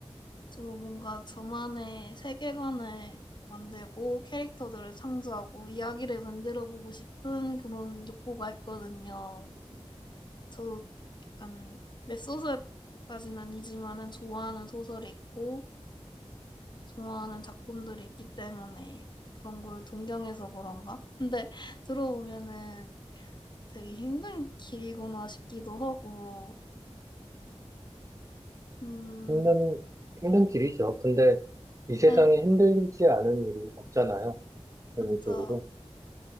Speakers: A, on the left (about 45°); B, on the right (about 30°).
A: 저 뭔가 저만의 세계관을 만들고 캐릭터들을 창조하고 이야기를 만들어 보고 싶은 그런 욕구가 있거든요. 저도 약간 웹소설까지는 아니지만은 좋아하는 소설이 있고 좋아하는 작품들이 있기 때문에 그런 거를 동경해서 그런가? 근데 들어보면은 되게 힘든 길이구나 싶기도 하고 음,
B: 힘든, 힘든 길이죠. 근데 이 세상에
A: 네,
B: 힘들지 않은 일이 없잖아요. 결론적으로.
A: 그쵸.